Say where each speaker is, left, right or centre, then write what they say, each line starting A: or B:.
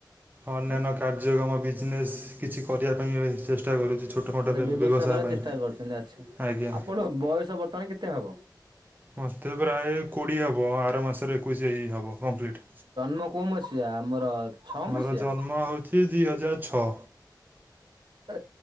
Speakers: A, on the right; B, on the right.
A: ଅନ୍ୟାନ୍ୟ
B: ଆଛା
A: କାର୍ଯ୍ୟକ୍ରମ ବିଜନେସ କିଛି କରିବା ପାଇଁ ଚେଷ୍ଟା କରୁଛି ଛୋଟ ମୋଟ
B: ଆଛା ବ୍ୟବସାୟ କରିବା
A: ପାଇଁ।
B: ଚେଷ୍ଟା କରୁଛନ୍ତି ଆଚ୍ଛା।
A: ଆଜ୍ଞା
B: ଆପଣଙ୍କ ବୟସ ବର୍ତ୍ତମାନ କେତେ ହବ?
A: ମୋତେ ପ୍ରାୟ କୋଡିଏ ହବ ଆର ମାସରେ ଏକୋଇଶ ଏଇ ହବ କଂପ୍ଲିଟ୍।
B: ମ କୋଉ ମସିହା? ଆମର ଛଅ
A: ମୋର
B: ମସିହା?
A: ଜନ୍ମ ହଉଛି ଦିଇ ହଜାର ଛଅ।
B: ଆ